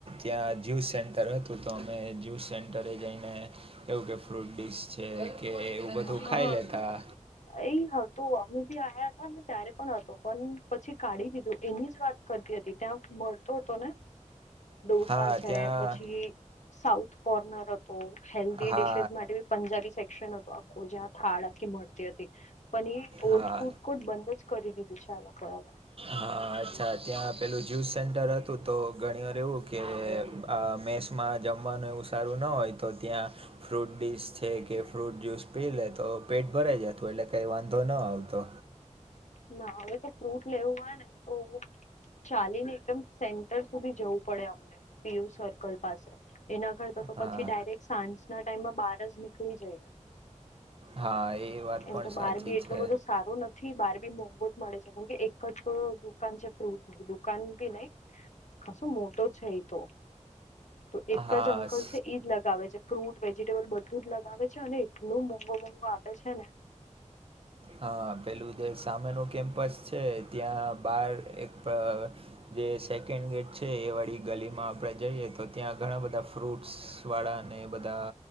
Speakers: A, on the right; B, on the left.
A: ત્યાં જ્યુસ સેન્ટર હતું તો અમે જ્યુસ સેન્ટરે જઈને એવું કે ફ્રૂટ ડીશ છે કે એવું બધું
B: હા
A: ખાઈ લેતા
B: એ હતો અમે બી આવ્યા હતા ને ત્યારે પણ હતો પણ પછી કાઢી દીધું એની જ વાત કરતી હતી ત્યાં મળતો હતો ને ડોસા
A: હા
B: છે
A: ત્યાં
B: પછી સાઉથ કોર્નર હતો હેલ્ધી
A: હા
B: ડિશસ માટે ભી પંજાબી સેક્શન <inaudible> જ થાળ આખી મળતી હતી. પણ એ
A: હા
B: ઓલ્ડ ફૂડ કોર્ટ બંધ જ કરી દીધું છે આ લોકો હવે
A: હા અચ્છા ત્યાં પેલું જ્યુસ સેન્ટર હતું તો ઘણી વાર એવું કે આ મેસ- માં જમવાનું એવું સારું ન હોય તો ત્યાં ફ્રૂટ ડીસ છે કે ફ્રૂટ જ્યુસ પી લે તો પેટ ભરાઈ જતું એટલે કઈ વાંધ તો ન આવતો.
B: ના હવે તો ફ્રૂટ લેવું હોય ને તો ચાલીને એકદમ સેન્ટર સુધી જવું પડે અમને પીયુ સર્કલ પાસે એના કર તો
A: હા
B: પછી ડાયરેક્ટ સાંજના ટાઈમમાં બાર જ નીકળી જઈ.
A: હા એ વાત
B: એમ
A: પણ
B: તો
A: સાચી
B: બાર બી એટલું
A: છે
B: બધું સારું નથી બાર બી મોંંગો જ મળે છે કેમ કે એક જ દુકાન છે ફ્રૂટ દુકાન બી નહી ખાસો મોટો છે એ તો તો એક
A: હા
B: જ અંકલ
A: સ
B: છે એઈજ લગાવે છે. ફ્રૂટ વેજીિટેબલ બધું જ લગાવે છે અને એટલું મોંઘો મોંઘો આપે છે ને
A: હા પેલું જે સામેનું કેમ્પસ છે ત્યાં બાર એક જે સેકન્ડ ગેટ છે એ વાડી ગલીમાં આપડે જઈએ તો ત્યાં ઘણા બધા ફ્રૂટસ વાડા અને એ બધા